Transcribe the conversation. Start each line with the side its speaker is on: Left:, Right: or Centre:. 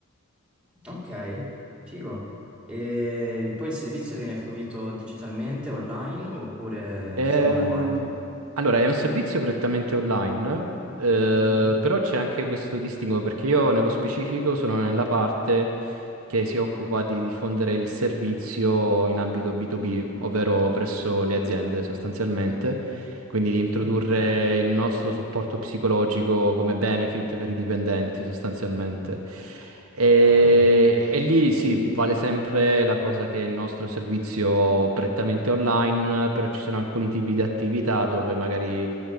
Centre: ok, figo. E poi il servizio viene fruito digitalmente, online, oppure
Right: Ehm,
Centre: sono anche...
Right: allora, è un servizio prettamente online, eh,
Centre: Mhm,
Right: però c'è anche questo distinguo perché io nello specifico sono nella parte che si occupa di diffondere il servizio in ambito B2B, ovvero presso le aziende sostanzialmente. quindi di introdurre
Centre: Ok.
Right: il nostro supporto psicologico come benefit per i dipendenti sostanzialmente. E,
Centre: Ah.
Right: e lì sì, vale sempre la cosa che il nostro servizio prettamente online, però ci sono alcuni tipi di attività dove magari